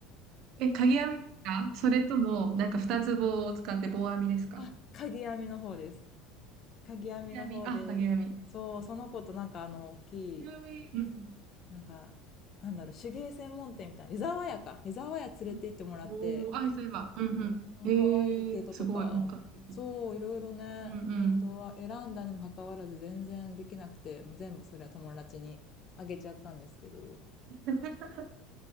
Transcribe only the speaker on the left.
<laughs> あ、鍵編みの方です。鍵編みの方で、
そう、その子となんかあの、大きい、
なんか、なんだろう、手芸専門店みたいな、湯沢屋か、湯沢屋連れて行ってもらって、
うん、
可愛い毛糸とか、
そう、いろいろね、
毛糸は選んだにもかかわらず全然できなくて、もう全部それは友達にあげちゃったんですけど、